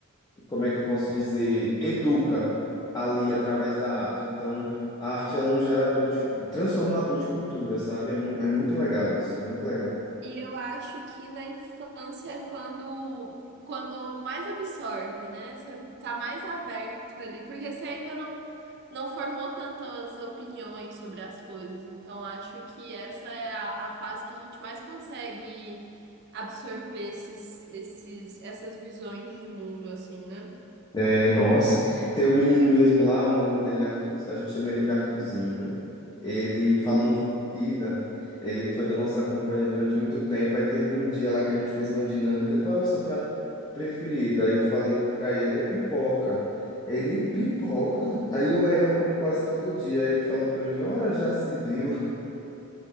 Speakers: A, on the left; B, on the right.
A: como é que eu posso dizer, educa ali através da arte. Então, a arte é um gerador de, transformador de cultura, sabe? É, mu é muito legal isso, muito legal.
B: E eu acho que na infância é quando, quando mais absorve, né? Você tá mais aberto ali, porque você ainda não, não formou tantas opiniões sobre as coisas. Então, acho que essa é a, a fase que a gente mais consegue absorver esses, esses, essas visões de mundo, assim, né?
A: É, nossa, tem um menino mesmo lá, o nome dele é Arthur, a gente chama ele de Arthurzinho, né? Ele, falando
B: Uhum.
A: em comida, ele foi da nossa companhia durante muito tempo, aí teve um dia lá que a gente fez uma dinâmica, qual é o seu prato preferido? Aí eu falei pra ele, é pipoca. Ele, pipoca? Aí eu, é, eu como quase todo dia. Aí ele falou pra mim, ora, já se viu.